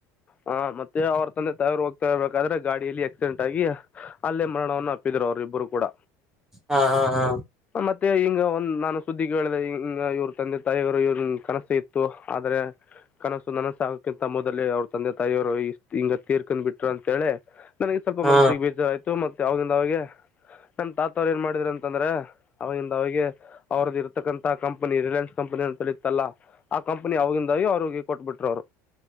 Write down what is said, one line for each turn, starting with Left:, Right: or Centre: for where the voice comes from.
Left: ಹಾ ಮತ್ತೆ ಅವ್ರ ತಂದೆ ತಯಾರು ಹೋಗ್ತಾ ಇರ್ಬೇಕಾದ್ರೆ ಗಾಡಿಯಲ್ಲಿ ಆಕ್ಸಿಡೆಂಟ್ ಆಗಿ ಅಲ್ಲೇ ಮರಣವನ್ನು ಪ್ಪಿದರು ಅವರು ಇಬ್ಬರು ಕೂಡ
Centre: ಹಾ ಹಾ ಹಾ
Left: ಮತ್ತೆ ಈಂಗ ಒಂದ್ ನಾನು ಸುದ್ದಿ ಕೇಳಿದ ಹ ಇವ್ರ ತಂದೆ ತಾಯಿಯವರು ಇವ್ರ ಕನಸ ಇತ್ತು ಆದ್ರೆ ಕನಸು ನನಸಾಗಕಕಿಂತ ಮೊದದಲ್ಲಿ ಅವ್ರ ತಂದೆ ತಾಯಿಯವರು ಹಿಂಗ ತೀರ್ಕೊಂಡ್ ಬಿಟ್ರು ಅಂತ ಹೇಳಿ ನನಗೆ ಸ್ವಲ್ಪ
Centre: ಹಾ
Left: ಮನ್ಸಿಗೆ ಬೀಜ ಆಯ್ತು ಮ ಅವವಾಗಿಂದ ಅವಿಗೆ ನನ್ ತಾತ ಅವ್ರು ಏನ್ ಮಾಡಿದಿದ್ದಾರೆ ಅಂತಂದ್ರೆ ಅವವಾಗಿಂದ ಅವಿಗೆ ಅವ್ರ್ದು ಇರ್ತಕ್ಕಂತಹ ಕಂಪನಿ ರಿಲಯನ್ಸ್ ಕಂಪನಿ ಅಂತೇಳಿ ಇತ್ತಲ್ಲ ಆ ಕಂಪನಿ ಅವಗಿಂದಾಗೆ ಅವ್ರುಅವ್ರಿಗೆ ಕೊಟ್ಬಿಟ್ರು ಅವ್ರು